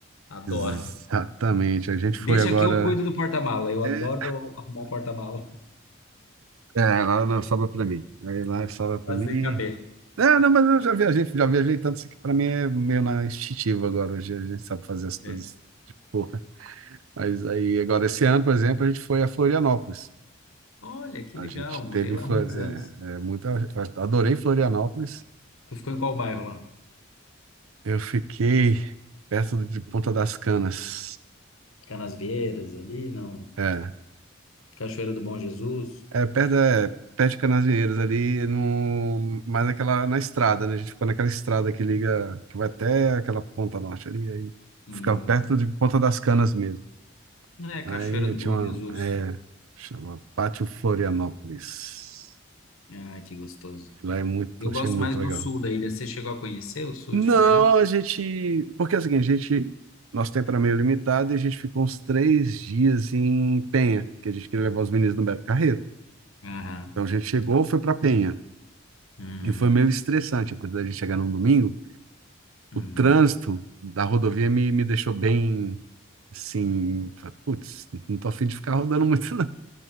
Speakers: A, on the left; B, on the right.
A: Adoro.
B: exatamente, a gente foi
A: Deixa
B: agora
A: que eu cuido do porta-mala. Eu adoro
B: é,
A: arrumar um porta-mala,
B: é, lá não sobra para mim. Aí lá sobra
A: <laughs>
B: para
A: fazer
B: mim.
A: caber.
B: É, não, mas eu já viajei, já viajei tanto assim que para mim é meio na instintiva agora, hoje a gente sabe fazer as coisas.
A: É.
B: Pô, mas aí agora esse ano, por exemplo, a gente foi a Florianópolis.
A: Olha, que
B: A
A: legal.
B: gente
A: Morei
B: teve
A: lá
B: em Flor-
A: há muitos
B: é,
A: anos.
B: é, muito, adorei Florianópolis.
A: Tu ficou em qual bairro lá?
B: Eu fiquei perto de Ponta das Canas.
A: Canasvieiras ali, não.
B: É.
A: Cachoeira do Bom Jesus.
B: É, perto, é, perto de Canasvieiras ali, no, mais aquela, na estrada, né? A gente ficou naquela estrada que liga, que vai até aquela ponta norte ali, aí
A: Uhum.
B: ficava perto de Ponta das Canas mesmo.
A: É,
B: Aí
A: Cachoeira do
B: tinha
A: Bom
B: uma,
A: Jesus.
B: é, chama Pátio Florianópolis.
A: Ah, que gostoso.
B: Lá é muito,
A: Eu
B: achei
A: gosto
B: muito
A: mais do
B: legal.
A: sul da ilha. Você chegou a conhecer o sul
B: Não,
A: de Florianópolis?
B: a gente, porque é o seguinte, a gente, nosso tempo era meio limitado e a gente ficou uns três dias em Penha, que a gente queria levar os meninos do Beto Carreiro.
A: Aham.
B: Então a gente chegou, foi para Penha.
A: Uhum.
B: E foi meio estressante, apesar de a gente chegar num domingo,
A: Uhum.
B: o trânsito da rodovia me, me deixou bem, assim, falei, putz, não tô a fim de ficar rodando muito, não. <laughs>